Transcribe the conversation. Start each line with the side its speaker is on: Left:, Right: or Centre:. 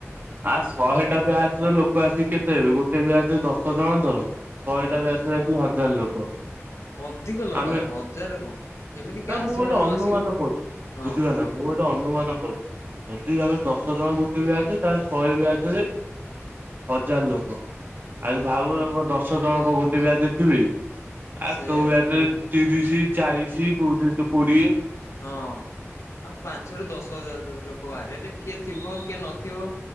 Right: ଆ ଶହେ
Left: ଶହେଟା
Right: ଟା
Left: ଅଛି
Right: ବ୍ୟାଚର ଲୋକ ଆସି କେତେ ତେ ଗୋଟେ ବି ଆସିବେ ଦଶ ଜଣ ତର ଶହେଟା
Left: ହଁ
Right: ବି ଆସିବେ ହଜାର ଲୋକ।
Left: ଅଧିକ ଲୋକ
Right: ଆମେ
Left: ଆସିବେ ହଜାର କଣ। ସେମିତି କିଏ
Right: ନା ମୁଁ
Left: ଆସିବ
Right: ଗୋଟେ
Left: ନ
Right: ଅନୁମାନ
Left: ଆସିବ
Right: କହୁଛି
Left: ହଁ
Right: ବୁଝିଲ ନାଁ ମୁଁ ଗେ ଅନୁମାନ କରୁଛି ଯଦି ଆମେ ଦଶ ଜଣ ଗୋଟେ ବିହାଜେ ତାହେଲେ ଶହେ ବି ଆସରେ ହଜାର ଲୋକ
Left: ହୁଁ
Right: ଆଉ ଭାବୁ ଆମ ଦଶ ଜଣଙ୍କ ଗୋଟେ ବ୍ୟାଚରେ ଥିବି ଆ
Left: ସେଇଆ
Right: କୋଉ ବ୍ୟାରେ
Left: ତ
Right: ତିରିଶ ଚାଳିଶି କୋଉଠି କୋଡ଼ିଏ
Left: ହଁ ଆଉ ପାଞ୍ଚରୁ ଦଶ ଦଶ ହଜାର ଲୋକ ବାହାରି ହେଲେ କିଏ ଥିବ କିଏ ନଥିବ